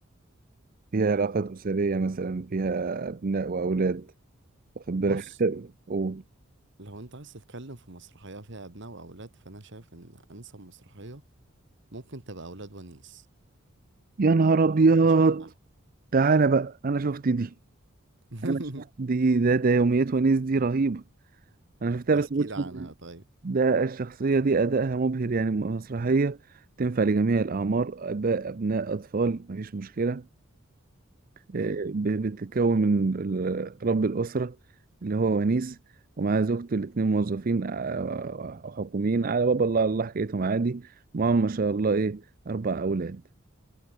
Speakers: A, on the right; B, on the right.
A: فيها علاقات أسرية مثلا فيها أبناء وأولاد واخد
B: بص
A: بالك <laughs> و-
B: لو انت عايز تتكلم في مسرحيه فيها ابناء واولاد فانا شايف ان انسب مسرحيه ممكن تبقى اولاد ونيس
A: يا نهار
B: لو
A: أبيض
B: انت شفتها
A: تعالى بقى أنا شفت دي
B: <laughs>
A: أنا شفت دي ده ده يوميات ونيس دي رهيبة أنا شفتها بس
B: احكي
A: ما كنتش
B: لي عنها طيب
A: ده الشخصية دي أدائها مبهر يعني مسرحية تنفع لجميع الأعمار آباء أبناء أطفال مفيش مشكلة آه،
B: امم
A: ب- بتتكون من ال- رب الأسرة اللي هو ونيس ومعاه زوجته الاتنين موظفين آه، آه، حكوميين على باب الله على الله حكايتهم عادي معاهم ما شاء الله إيه أربع أولاد